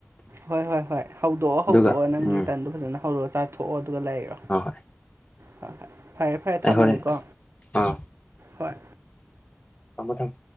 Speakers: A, on the right; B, on the left.
A: ꯍꯣꯏ ꯍꯣꯏ ꯍꯣꯏ ꯍꯧꯗꯣꯛꯑꯣ ꯍꯧꯗꯣꯛꯑꯣ
B: ꯑꯗꯨꯒ
A: ꯅꯪꯒꯤ
B: ꯎꯝ
A: ꯇꯟꯗꯣ ꯐꯖꯅ ꯍꯧꯔꯛ ꯆꯥꯊꯣꯛꯑꯣ ꯑꯗꯨꯒ ꯂꯩꯔꯣ
B: ꯍꯣꯏ ꯍꯣꯏ
A: ꯍ ꯍꯣꯏ ꯐꯔꯦ ꯐꯔꯦ ꯊꯝꯃꯒꯦꯀꯣ
B: ꯑꯩ ꯍꯣꯔꯦꯟ ꯑꯥ
A: ꯍꯣꯏ
B: ꯊꯝꯃꯣ ꯊꯝꯃꯣ